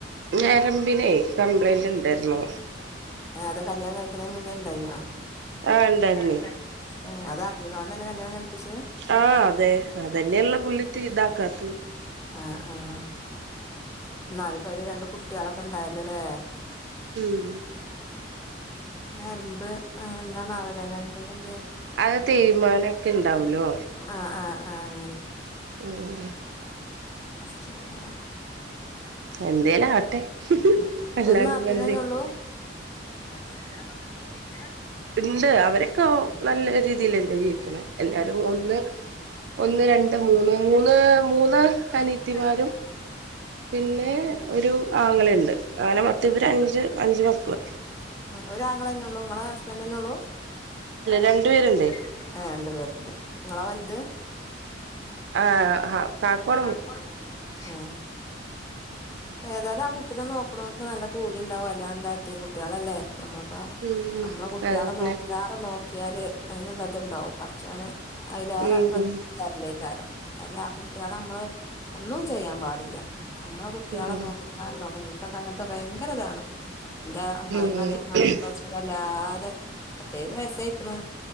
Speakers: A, on the right; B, on the left.
A: ഞരംമ്പിനെ കംപ്ലൈന്റ് ണ്ടാര്ന്നു.
B: ഏഹ് അത് കല്യാണം കഴിക്കണേന് മുന്നേഇണ്ടായിനോ. ആഹ്
A: ആഹ് ഉണ്ടായിരുന്നേ
B: ണ്ടായ്ന്ന് അത് അറിഞ്ങ്ങോണ്ടന്നെ കല്യാണം കഴിപ്പിച്ച്
A: ആഹ് അതെ അതന്നെയള്ളേ പുള്ളിത്തിതാക്കാത്ത്.
B: ആഹ് ആഹ്. ന്നാലുപ്പയ്ല് രണ്ട് കുട്ട്യാളൊക്കെ ഉണ്ടായല്ലോല്ലേ
A: ഉം.
B: നരമ്പ് എന്തണാവലെ നരമ്പിന് എന്തെ
A: അയ് തേയ്മാനൊക്കെ ഇണ്ടാവുല്ലോ.
B: ആഹ് ആഹ് ആഹ് അങ്ങനെ.
A: ഉം
B: പട്ച്ചോനേ.
A: എന്തേലും ആവട്ടെ
B: ഉം
A: അല്ലാണ്ട്
B: ഒരു നാത്തൂനന്നെ
A: ഇപ്പ എന്ത
B: ഉള്ളൂ. ആഹ് ഒരാളൊള്ളു പിന്നേ
A: ഇണ്ട് അവരൊകോ നല്ല രീതിലന്നെ ജീവിക്ക്ണ് എല്ലാരു ഒന്ന് ഒന്ന് രണ്ട് മൂന്ന് മൂന്ന് മൂന്ന്.
B: <unintelligible>
A: അനിയത്തിമാരും പിന്നെ ഒരു ആങ്ങളീണ്ട് ആനെമൊത്തം ഇവര് അഞ്ച് അഞ്ച് മക്കള്.
B: ഉം ഒരാങ്ങെളെന്നെ ഉള്ളൂ ഇങ്ങളെ ഹസ്ബൻഡന്നെ ഉള്ളൂ. അല്ലല്ല
A: രണ്ടു പേരുണ്ടേ
B: രണ്ട് പേരുണ്ട്. ഏ രണ്ട് പേരുണ്ട് ഇങ്ങളാ വൽത്.
A: ആഹ് ഹ കാക്കുആ
B: <unintelligible> ഉം ഏതായാലും ആഹ് കുട്ടിനെ നോക്ണോൽക്ക് നല്ല കൂലിണ്ടാവും അല്ലാതെന്ത യതീം കുട്ട്യാളല്ലെ ഞമ്മൾപ്പൊ
A: ഉം ഉം
B: മ്മള കുട്ട്യാള
A: അതന്നെ
B: നോക്കണീലേറെ നോക് നോക്കിയാല് അതിനുള്ളത്ണ്ടാവും പടച്ചോന് അതിലേറെ
A: ഉം
B: <unintelligible> കാരം അല്ല ആഹ് കുട്ട്യാള അമ്മള് ഒന്നും ചെയ്യാൻ പാടില്ല നമ്മളെ കുട്ട്യാള
A: ഉം
B: നോക്ക്- നോക്ക്ണ ഇൻകൊക്ക അങ്ങൻത്ത ഭയങ്കരതാണ് ഇന്റെ അമ്മായ്മ്മ
A: ഉം
B: ഇതേ മാരി സുഖല്ലാതെ പത്തയ്ബത് വയസ്സയ്ക്ക്ണ്